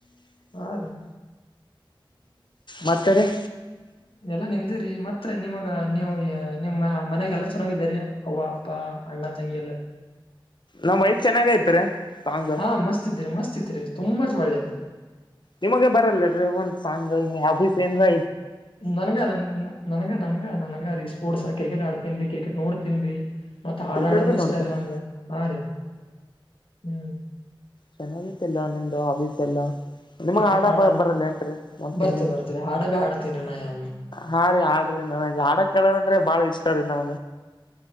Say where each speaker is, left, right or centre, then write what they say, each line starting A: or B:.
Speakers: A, on the left; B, on the left.
A: ಹಾ ರೀ
B: ಮತ್ತೇರಿ.
A: ಏಲ್ಲಾ ನಿಮ್ದೇರೀ ಮತ್ತ ನಿಮಗ ನೀವು ಏ ನಿಮ್ಮ ಮನ್ಯಾಗ ಎಲ್ಲಾ ಚೆನ್ನಾಗಿದ್ದರಿ. ಅವ್ವ ಅಪ್ಪಾ ಅಣ್ಣ ತಂಗಿ ಎಲ್ಲ
B: ನಮ್ ವಯಸ್ ಚೆನ್ನಾಗ ಐತ್ರಿ ಸಾಂಗ್
A: ಹಾ ಮಸ್ತ್ೀರಿ ಮಸ್ತ್ತ್ರಿ ತುಂಬ ಒಳ್ಳೇದು್
B: ನಿಮಗೆ ಬರಲ್ಲ ರೇವಂತ್ ಸಾಂಗ ಅಬೀಸ್ ಏಂದ್ರ
A: ನನ್ಗ ನ ನನಗ ನನ್ಗ ನನಗ ರೀ ಸ್ಪೋರ್ಟ್ಸ್ ಕ್ರಿಕೆಟ್ ಆಡ್ ತಿನ್ರಿ ಕ್ರಿಕೆಟ್ ನೋಡ್ತನ್ರಿ ಮತ್ತ್ ಹಾಡಾಡನು
B: ಕ್ರಿಕೆಟ್ ಬಿ
A: ಇಷ್ಟಾರಿೀ
B: ನೋಡ್ತೀರ
A: ನನ್ಗ ಹಾ ರೀ ಹ್ಮ್
B: ಚೆನ್ನಾಗಿತಿಲ್ಲ ನಿಮ್ದ ಹಬೀಸ್ ಎಲ್ಲಾ ನಿಮಗ್
A: ಕ್ರಿಕೆಟ್
B: ಆಡ
A: ಹಾಡೋದ್
B: ಬ ಬರಲ್ಲ ಏಟ್ರೀ ಒಂದ್ ತಿಂಗಿ
A: ಬರ್ತ್ ಬರ್ತ್ರಿ ಹಾಡ ಬಿ ಹಾಡ್ತೀನ್ರಿ ನಾ ಯಾವ್ಯಾವ
B: ಹಾ ರೀ ಆಾಡ್ರಿ ನನಗೆ ಹಾಡ ಕಳರ್ ಅಂದ್ರೆ ಬಾಳ ಇಷ್ಟ ಮ